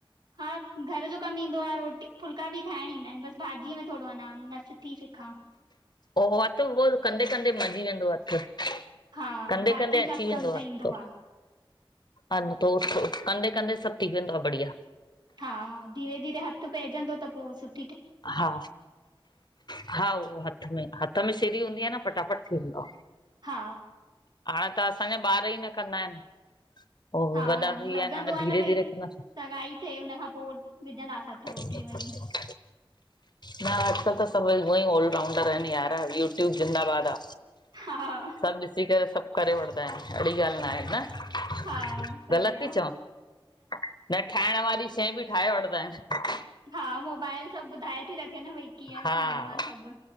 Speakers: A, on the right (about 50°); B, on the left (about 50°).
A: हा घर जो कमु ईंदो आ रोटी फुलका बि ठाहिण ईंदा आहिनि बसि भाॼीअ में थोडो अञां नथीं सिखां।
B: ओ हथु उहो कंदे कंदे मंझी वेंदो हथु।
A: हा
B: कंंदे
A: बाक़ी
B: कंंदे अची
A: सभु
B: वेंदो
A: कम त
B: आ
A: ईंदो
B: पो।
A: आहे
B: अन त उथो कंदे कंंदे सभु थी वेंदो आ बढिया।
A: हा धीरे धीरे हथु पैजंदो त पो सुठ
B: हा, हा उहो हथु में, हथु में सीरी हूंदी आ न फटाफट थी वेंदो आ।
A: हा
B: हाणे त असांजा ॿार ई न कंदा आहिनि, उ
A: हा
B: वॾा थी विया
A: लॻंदो
B: आहिनि हाणे
A: आहे
B: धीरे
A: न भई
B: धीरे कंदा।
A: सगाई थे हुनखां पो, विझंदासीं हथु।
B: हा <unintelligible>
A: <inaudible>
B: न अॼकल्ह त सभई उअंई ऑल राउंडर आहिनि यार यूट्यूब ज़िंदबाद आ।
A: हा,
B: सभु ॾिसी करे सभु करे वठदा आहिनि। अहिड़ी ॻाल्हि न आहे न,
A: हा सही
B: ग़लति थी
A: आ
B: चवां न। ठाहिण वारी शइ बि ठाहे वठदा आहिन।
A: हा मोबाइल सभु ॿुधाए थी रखे न भई कीअं
B: हा
A: ठाहिणो आ सभु।